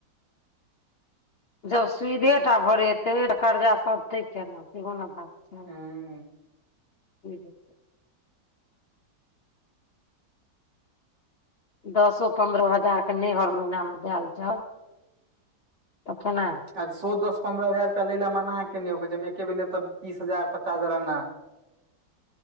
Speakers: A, on the left; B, on the right.
A: जब सुधे टा भरेतै तऽ, कर्जा सधतै केना सेहो न बात छै
B: हँ
A: <inaudible> दसो पन्द्रहो हजार के नई हर महिना मे देल जाउध त केना हैते।
B: आ सो दस पन्द्रह हजार रुपआ ले ला मना के ने ओ कहे छै, हम एके बेर लेब तऽ तीस हजार पचास हजार एना।